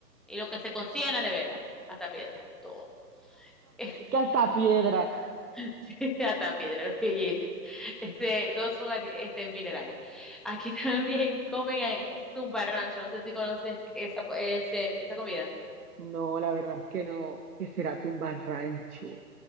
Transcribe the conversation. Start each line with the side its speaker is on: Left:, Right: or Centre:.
Centre: Y lo que se consigue en la nevera, hasta piedra, todo. Este,
Right: Que hasta piedra.
Centre: <laughs> hasta piedra, lo que lleve. Este, todos son ali- este, minerales. Aquí <laughs> también comen eh, tumbarrancho, no sé si conoces esa, ese- esa comida.
Right: No, la verdad es que no, que será tumbarrancho.